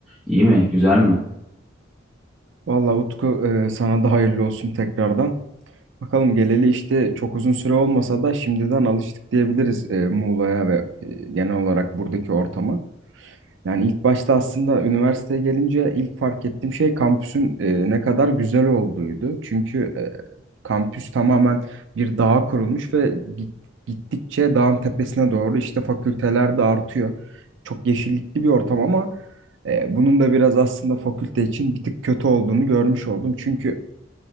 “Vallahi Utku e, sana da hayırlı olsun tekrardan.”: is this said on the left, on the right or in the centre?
Right